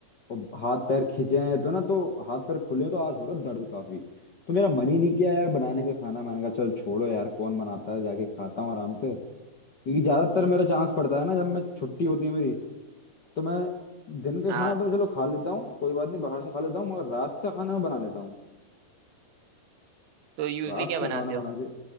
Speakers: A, on the left (about 45°); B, on the right (about 80°).
A: और हाथ पैर खींचे हैं तो ना तो हाथ पैर खुले हैं तो आज हो रहा है दर्द काफी तो मेरा मन ही नहीं किया यार बनाने का खाना मैंने कहा चल छोड़ो यार कौन बनाता है जाके खाता हूँ आराम से क्योंकि ज्यादातर मेरा चांस पड़ता है ना जब मैं छुट्टी होती है मेरी तो मैं दिन का
B: हाँ
A: खाना तो चलो खा लेता हूँ कोई बात नहीं बाहर से खा लेता हूँ मगर रात का खाना बना लेता हूँ
B: तो यूजली
A: रात
B: क्या
A: का
B: बनाते
A: खाना बना
B: हो
A: के